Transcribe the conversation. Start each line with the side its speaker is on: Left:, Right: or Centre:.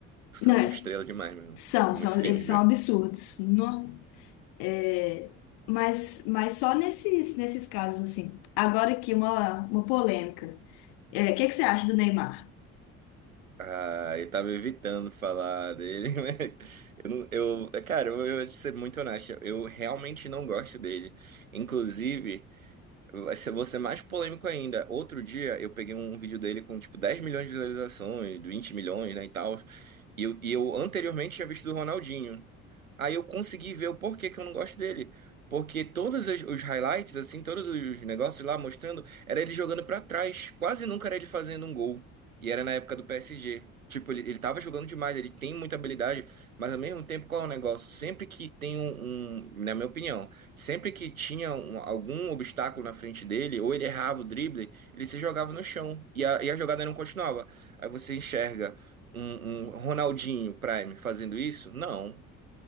Right: são
Left: Não, é,
Right: estrela demais, meu.
Left: são,
Right: É muito
Left: são,
Right: firme
Left: eles
Right: de ver.
Left: são absurdos. No, é, mas, mas só nesses, nesses casos, assim. Agora aqui, uma, uma polêmica. É, O que que você acha do Neymar?
Right: Ah, eu tava evitando falar dele, <laughs> mas eu não, eu, cara, eu vou ser muito honesto, eu realmente não gosto dele. Inclusive, Vai ser, vou ser mais polêmico ainda. Outro dia eu peguei um vídeo dele com tipo 10 milhões de visualizações, 20 milhões, né, e tal. E eu, e eu anteriormente tinha visto do Ronaldinho. Aí eu consegui ver o porquê que eu não gosto dele. Porque todos os os highlights, assim, todos os negócios lá mostrando, era ele jogando pra trás. Quase nunca era ele fazendo um gol. E era na época do PSG. Tipo, ele, ele tava jogando demais, ele tem muita habilidade, mas ao mesmo tempo, qual é o negócio? Sempre que tem um, um- na minha opinião. Sempre que tinha um- algum obstáculo na frente dele, ou ele errava o drible, ele se jogava no chão e a, e a jogada não continuava. Aí você enxerga um, um Ronaldinho Prime fazendo isso? Não.